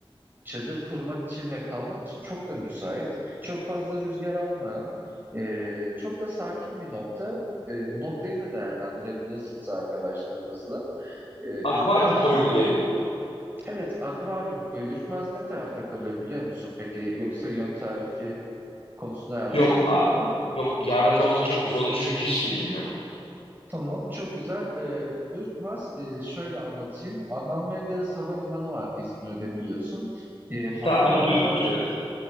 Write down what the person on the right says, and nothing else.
çadır kurmak için ve kalmak için çok da müsait. Çok fazla rüzgar almayan, e, çok da sakin bir nokta. E, bu noktayı da değerlendirebilirsiniz arkadaşlarınızla. Ee,
Ürkmaz
ne taraf?
Evet, akvaryum koyu. Ürkmaz ne tarafta kalıyor biliyor musun peki? Yoksa yön tarifi konusunda yardımcı
olayım
mı?
Tamam, çok güzel. Ee, Ürkmaz e, şöyle anlatayım. Adnan Menderes Havalimanı var İzmir'de biliyorsun. Ee, havalimanı
nokta